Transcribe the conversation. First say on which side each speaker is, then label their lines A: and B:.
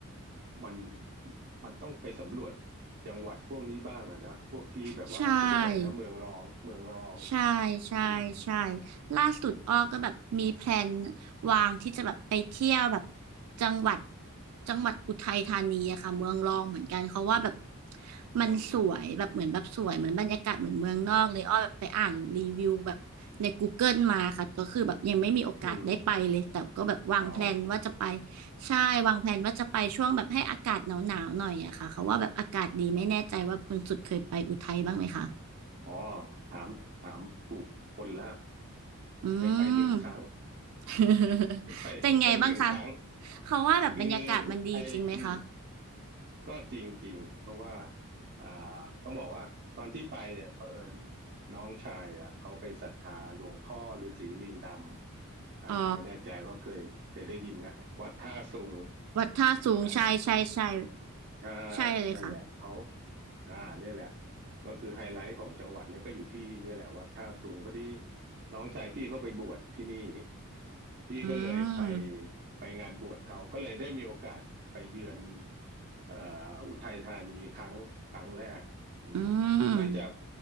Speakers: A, on the right; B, on the right.
A: มันมันต้องไปสำรวจจังหวัดพวกนี้บ้างอะนะพวกที่แบบว่าเขาเรียกอะไรนะเมืองรองเมืองรอง
B: ใช่ ใช่ใช่ใช่
A: อืม
B: ล่าสุดอ้อก็แบบมีแพลนวางที่จะแบบไปเที่ยวแบบจังหวัดจังหวัดอุทัยธานีอะค่ะเมืองรองเหมือนกันเขาว่าแบบ
A: อืม
B: มันสวยแบบเหมือนแบบสวยเหมือนบรรยากาศเหมือนเมืองนอกเลยอ้อแบบไปอ่านรีวิวแบบใน Google มาค่ะก็คือแบบยังไม่มีโอกาสได้ไปเลยแต่ก็แบบวางแพลนว่าจะไป
A: อืมอ๋อ
B: ใช่วางแพลนว่าจะไปช่วงแบบให้อากาศหนาวๆหน่อยอะค่ะเขาว่าแบบอากาศดีไม่แน่ใจว่าคุณสุดเคยไปอุทัยบ้างไหมคะ
A: อ๋อถามถามปลูกคนละ
B: อื
A: ไปไปหนึ่งครั้ง
B: ม <laughs>
A: <laughs> ไปไปหนึ่งครั้ง
B: เป็นไงบ้างคะเขาว่าแบบบรรยากาศมันดีจริงไหมคะ
A: คือไปอืมก็จริงจริงเพราะว่าอ่าต้องบอกว่าตอนที่ไปเนี่ยเผอิญน้องชายอ่ะเขาไปศรัทธาหลวงพ่อฤาษีลิงดำอ่าไม่แน่ใจว่าเคยเคยได้ยินไหมวัดท่าสุง
B: อ๋อวัดท่าสูงใช่ใช่ใช่
A: อ่า ใช่นั่นแหละเขา
B: ใช่เลยค่ะ
A: อ่าเนี่ยแหละก็คือไฮไลท์ของจังหวัดเนี่ยก็อยู่ที่เนี่ยแหละวัดท่าสูงพอดีน้องชายพี่เขาไปบวชที่นี่พี่ก็เลยไป
B: อืม
A: ไปงานบวชเขาก็เลยได้มีโอกาสไปเยือนเอ่ออุทัยธานีครั้งครั้งแรกอืม
B: อื
A: น่าจะ
B: ม